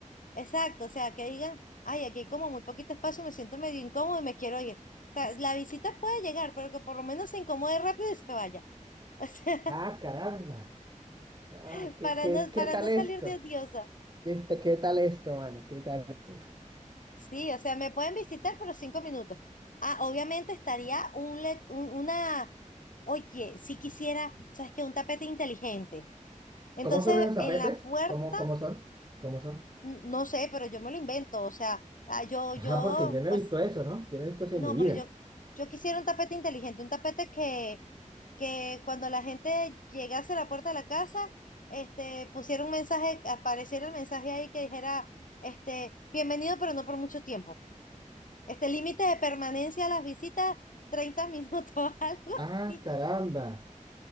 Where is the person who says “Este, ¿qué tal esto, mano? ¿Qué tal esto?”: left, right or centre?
Right